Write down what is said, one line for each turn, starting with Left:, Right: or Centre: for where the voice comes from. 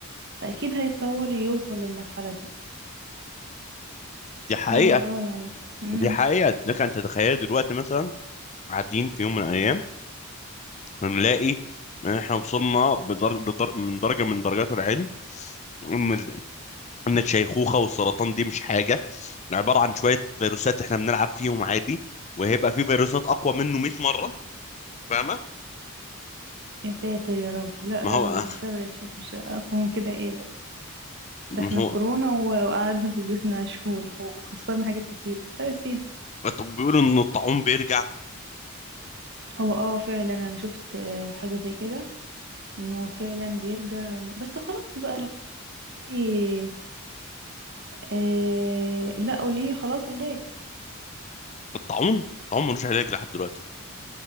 Right: فأكيد هيتطور يوصل للمرحلة دي سبحان
Left: دي حقيقة
Right: الله يعني امم
Left: دي حقيقة لك أن تتخيل دلوقتي مثلا قاعدين في يوم من الأيام هنلاقي إن إحنا وصلنا بدر... بدر... من درجة من درجات العلم إن ال- إن الشيخوخة والسرطان دي مش حاجة عبارة عن شوية فيروسات إحنا بنلعب فيهم عادي وهيبقى في فيروسات أقوى منه 100 مرة فاهمة؟
Right: يا ساتر يا رب لا
Left: ما
Right: لا
Left: هو
Right: أبد الشر يا شيخ مش أقوى من كده إيه بس
Left: ما
Right: ده احنا
Left: هو
Right: كورونا و- وقعدنا في بيوتنا شهور وخسرنا حاجات كتير لا يا سيدي
Left: طب بيقولوا إن الطاعون بيرجع
Right: هو اه فعلا أنا شفت آه، حاجة زي كده انه فعلا بيرجع وإنه... بس ده خلاص بقى ليه آه... لقوا ليه خلاص علاج
Left: الطاعون الطاعون ملوش علاج لحد دلوقتي